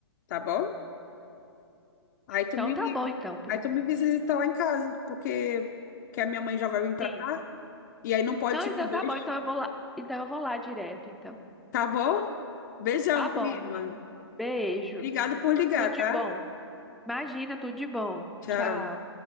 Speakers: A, on the left; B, in the centre.
A: Tá bom? Aí tu
B: Então
A: me,
B: tá bom então, primo.
A: aí tu me visita lá em casa, porque, porque a minha mãe já vai vir pra
B: Sim.
A: cá. E aí não pode
B: Não,
A: subir
B: então
A: dois
B: tá bom, então eu vou lá. Então eu vou lá direto, então.
A: Tá bom? Beijão,
B: Tá bom,
A: prima.
B: primo. Beijo.
A: Obrigada por ligar,
B: Tudo de
A: tá?
B: bom. Imagina, tudo de bom.
A: Tchau.
B: Tchau.